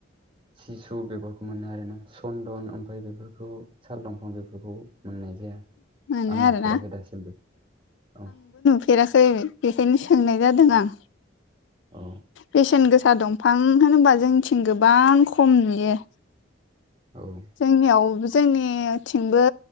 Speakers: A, on the right; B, on the left.
A: सिसु बेफोरखौ मोनो आरोना सन्दन ओमफ्राय बेफोरखौ साल दंफां बेफोरखौ मोननाय जाया।
B: मोनो
A: आं नुफेराखै
B: आरोना
A: दासिमबो अ।
B: फेराखै बेखायनो सोंनाय जादों आं।
A: औ
B: बेसेन गोसा दंफां होनोबा जोंनिथिं गोबां खम नुयो।
A: औ
B: जोंनियाव जोंनिथिंबो